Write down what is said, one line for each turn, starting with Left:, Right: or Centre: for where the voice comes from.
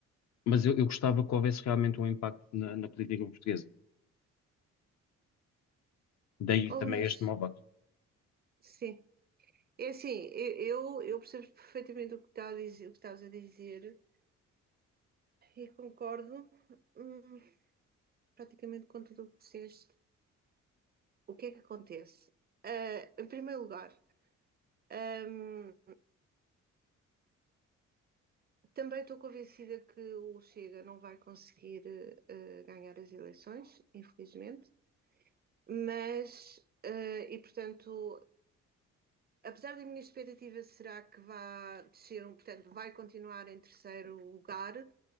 Left: Mas eu, eu gostava que houvesse realmente um impacto na, na política portuguesa. Daí
Right: Ó
Left: também
Right: Luís,
Left: este meu voto.
Right: sim. É assim, e- eu, eu percebo perfeitamente o que está a dizer, o que estás a dizer e concordo, hum, praticamente com tudo o que disseste. O que é que acontece? Ah, em primeiro lugar, hum, também estou convencida que o Chega não vai conseguir eh, ganhar as eleições, infelizmente, mas, eh, e portanto, apesar da minha expectativa será que vá descer, um- portanto, vai continuar em terceiro lugar,